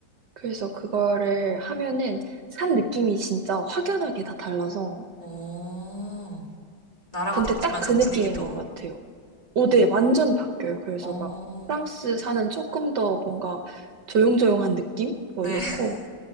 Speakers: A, on the right; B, on the left.
A: 그래서 그거를 하면은 산 느낌이 진짜 확연하게 다 달라서
B: 오, 나라가
A: 근데
B: 바뀌면서
A: 딱 그
B: 분위기도,
A: 느낌인 것 같아요. 오,
B: 어,
A: 네, 완전 바뀌어요. 그래서
B: 어,
A: 막 프랑스 사는 조금 더 뭔가 조용조용한 느낌? 뭐
B: 네.
A: 이렇고,
B: <laughs>